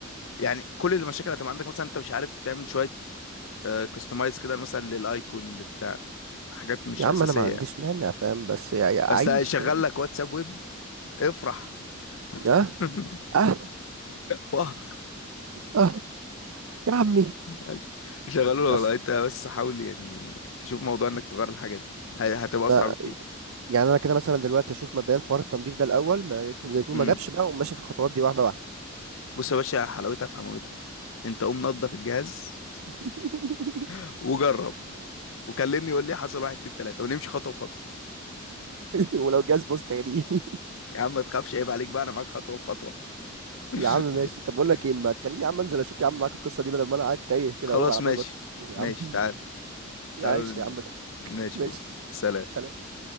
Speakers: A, on the left (about 70°); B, on the right (about 80°).
A: يعني كل المشاكل هتبقى عندك مثلا انت مش عارف تعمل شويه كستمايز كده مثلا للايكون اللي بتاع حاجات مش
B: يا عم
A: اساسيه
B: انا ما عنديش
A: يعني.
B: مانع فاهم بس يا يا
A: بس
B: عيش
A: هيشغل
B: فاهم
A: لك واتساب ويب افرح
B: اه
A: <laughs>
B: اه
A: واه
B: اه يا عمي
A: ماشي شغلوا له
B: أصل
A: والله انت بس حاول يعني تشوف موضوع انك تغير الحاجه دي ه- هتبقى اسرع
B: آه،
A: بكتير
B: يعني انا كده مثلا دلوقتي اشوف مبدئيا حوار التنظيف ده الاول ما لقيته لقيته
A: امم
B: ما جابش بقى وماشي في الخطوات دي واحده واحده
A: بص يا باشا حلاوتها في حماوتها انت قوم نضف الجهاز
B: <laughs>
A: <laughs> وجرب وكلمني يقول لي حصل واحد اتنين تلاته ونمشي خطوه بخطوه
B: ولو جاز بص يعني <laughs>
A: يا عم ما تخافش عيب عليك بقى انا معاك خطوه بخطوه <laughs>
B: يا عم ماشي طب بقول لك ايه ما تخليني يا عم انزل اشوف يا عم معاك القصه دي بدل ما انا قاعد تايه كده
A: خلاص
B: اهو عمال
A: ماشي
B: بدور يا
A: ماشي
B: عم
A: تعال
B: <laughs>
A: تعالوا
B: معلش
A: ننزل
B: يا عم <laughs>
A: ماشي
B: ماشي
A: يا بابا. سلام
B: سلام